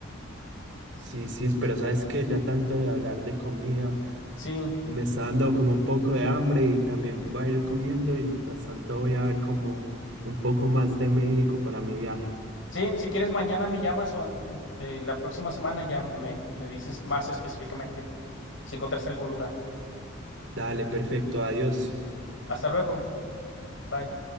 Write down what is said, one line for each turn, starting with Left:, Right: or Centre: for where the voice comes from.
Right: sí, sí, pero sabes que ya tanto de hablar de comida,
Left: Sí,
Right: me está dando como un poco de hambre y también voy a ir comiendo y mientras tanto voy a ver como un poco más de México para mi viaje.
Left: sí, si quieres mañana me llamas o eh, la próxima semana ya me, me dices más específicamente si encontraste algún lugar.
Right: Dale, perfecto, adiós.
Left: Hasta luego, bye.